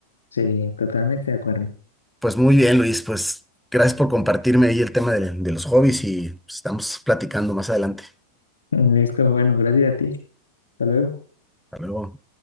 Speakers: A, on the left (about 75°); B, in the centre.
A: Sí, totalmente de acuerdo.
B: Pues muy bien, Luis. Pues gracias por compartirme ahí el tema de, de los hobbies y pues, estamos platicando más adelante.
A: <laughs> Listo, bueno, gracias a ti. Hasta luego.
B: Hasta luego.